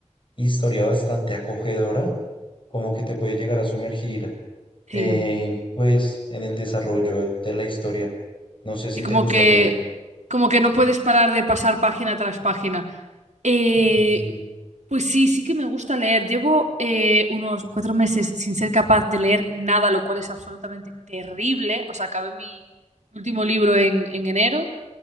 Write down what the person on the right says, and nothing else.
sí.
Sí,
como
que,
como que no puedes parar de pasar página tras página. Eh,
pues sí, sí que me gusta leer. Llevo eh, unos cuatro meses sin ser capaz de leer nada, lo cual es absolutamente terrible. O sea, acabé mi último libro en, en enero